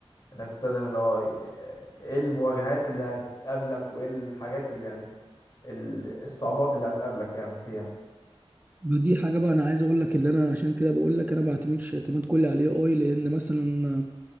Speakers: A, on the left; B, on the right.
A: انك تستخدم الاي اي ايه المواجهات اللي هتقابلك وايه الحاجات اللي يعني ال- الصعوبات اللي هتقابلك يعني فيها
B: ما دي حاجه بقى انا عايز اقول لك اللي انا عشان كده بقول لك انا ما بعتمدش اعتماد كلي عليه اي لان مثلا